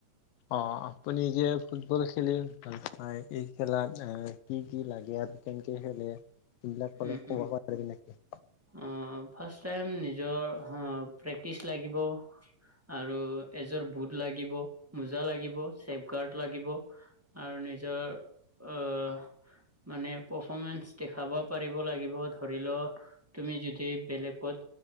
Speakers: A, on the left; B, in the centre.
A: অ' আপুনি যে ফুটবল খেলি ভাল পায়, এই খেলাত এ- কি কি লাগে আৰু কেনেকে খেলে? সেইবিলাক অলপ
B: উম,
A: ক'ব
B: উম,
A: পাৰবি না কি?
B: অ' ফাষ্ট টাইম নিজৰ প্ৰেক্টিচ লাগিব, আৰু এযোৰ বুট লাগিব, মোজা লাগিব, ছেফ গাৰ্ড লাগিব আৰু নিজৰ অ' মানে পাৰফৰ্মেঞ্চ দেখাব- পাৰিব লাগিব ধৰি ল' তুমি যদি বেলেগত